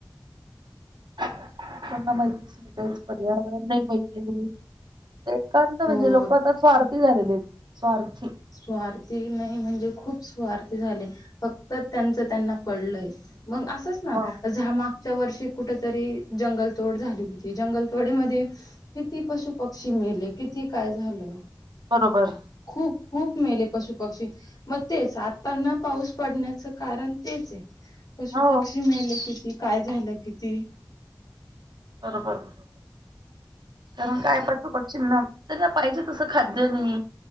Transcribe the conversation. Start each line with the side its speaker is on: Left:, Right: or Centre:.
Right: त्यांना माहितीच नाही तेच पर्यावरण नाही पाहत एकांत म्हणजे
Left: हो.
Right: लोक आता स्वार्थी झालेले आहेत.. स्वार्थी..
Left: स्वार्थी नाही म्हणजे खूप स्वार्थी झाले फक्त त्यांचं त्यांना पडलंय.. मग असच ना..
Right: वा,
Left: मागच्या वर्षी कुठेतरी जंगलतोड झाली होती जंगलतोडीमध्ये किती पशु पक्षी मेले किती काय झालं
Right: बरोबर..
Left: खूप खूप मेले पशु पक्षी.. मग तेच आता न पाऊस पडण्याचं कारण तेच आहे. पशु
Right: हो
Left: पक्षी मेले किती काय झालं किती
Right: बरोबर बरोबर.. कारण काय पशु-पक्षी ना पाहिजे तसं खाद्य नाही.